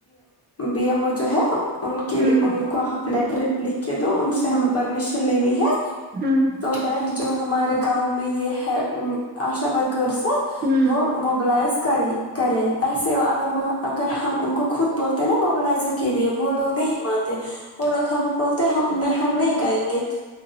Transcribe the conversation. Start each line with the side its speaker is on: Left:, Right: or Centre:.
Left: بی ایم وہ جو ہے ان کے
Right: ہوں
Left: لیے ان کو آپ لیٹر لکھ کے دو ان سے ہم پرمیشن لینی ہے
Right: ہاں
Left: دیٹ جو ہمارے گاؤں میں یہ ہے آشا ورک کرر س
Right: ہوں
Left: وہ موبلائز کری کرے ایسے اگر وہ اگر ہم ان کو خود بولتے نا موبلزنگ کے لیے وہ لوگ نہیں مانتے وہ لوگ ہمیں بولتے ہم ہم نہیں کرائیں گے